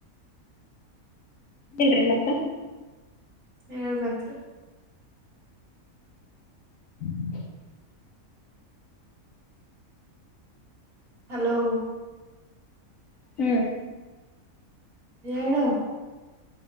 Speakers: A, on the left (about 70°); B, on the right (about 85°).
A: ಹೇಳ್ರಿ ಮತ್ತ
B: ಹೇಳ್ಬೇಕ್ರೀ
A: <inaudible>
B: ಹಲೋ
A: ಹ್ಮ್
B: ಏಳು